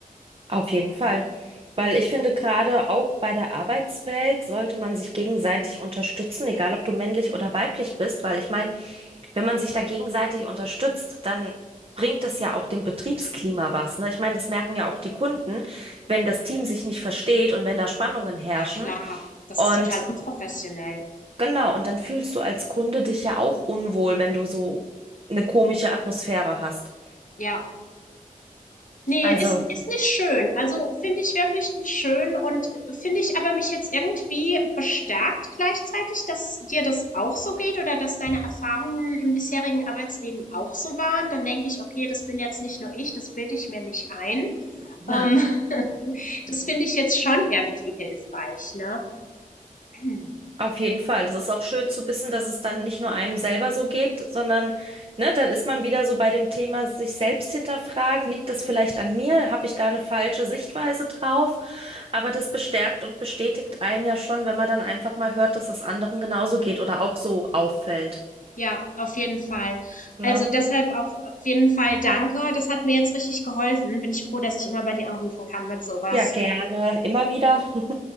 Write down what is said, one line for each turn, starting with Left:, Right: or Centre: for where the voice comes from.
Right: Auf jeden Fall.
Left: Hm.
Right: Weil ich finde, gerade auch bei der Arbeitswelt sollte man sich gegenseitig unterstützen, egal ob du männlich oder weiblich bist, weil ich meine, wenn man sich da gegenseitig unterstützt, dann bringt das ja auch dem Betriebsklima was, ne? Ich meine, das merken ja auch die Kunden, wenn das Team sich nicht versteht und wenn da Spannungen herrschen.
Left: Ja, klar, das
Right: Und
Left: ist total unprofessionell.
Right: genau, und dann fühlst du als Kunde dich ja auch unwohl, wenn du so eine komische Atmosphäre hast.
Left: Ja. Nee,
Right: Also,
Left: ist, ist nicht schön. Also finde ich wirklich nicht schön und finde ich aber mich jetzt irgendwie bestärkt gleichzeitig, dass dir das auch so geht oder dass deine Erfahrungen im bisherigen Arbeitsleben auch so waren. Dann denke ich, okay, das bin jetzt nicht nur ich, das bilde ich mir nicht ein.
Right: nein.
Left: Ähm, <laughs> das finde ich jetzt schon irgendwie hilfreich, ne? <clears throat>
Right: Auf jeden Fall. Es ist auch schön zu wissen, dass es dann nicht nur einem selber so geht, sondern ne, dann ist man wieder so bei dem Thema sich selbst hinterfragen. Liegt das vielleicht an mir? Habe ich da eine falsche Sichtweise drauf? Aber das bestärkt und bestätigt einen ja schon, wenn man dann einfach mal hört, dass es anderen genauso geht oder auch so auffällt.
Left: Ja, auf jeden Fall.
Right: Ne?
Left: Also deshalb auch auf jeden Fall danke. Das hat mir jetzt richtig geholfen. Bin ich froh, dass ich immer bei dir anrufen kann mit sowas.
Right: Ja, gerne. Immer wieder. <laughs>